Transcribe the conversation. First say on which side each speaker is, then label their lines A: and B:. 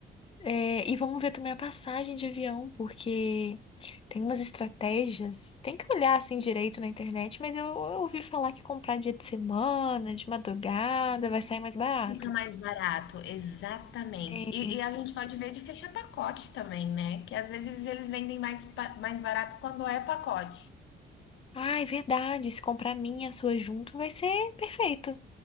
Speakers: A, on the left (about 30°); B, on the left (about 75°).
A: É, e vamos ver também a passagem de avião, porque tem umas estratégias. Tem que olhar assim direito na internet, mas eu, eu ouvi falar que comprar dia de semana, de madrugada, vai sair mais barato.
B: Fica mais barato, exatamente.
A: É.
B: E, e a gente pode ver de fechar pacote também, né? Que às vezes eles vendem mais, pa- mais barato quando é pacote.
A: Ah, é verdade. Se comprar a minha e a sua junto, vai ser perfeito,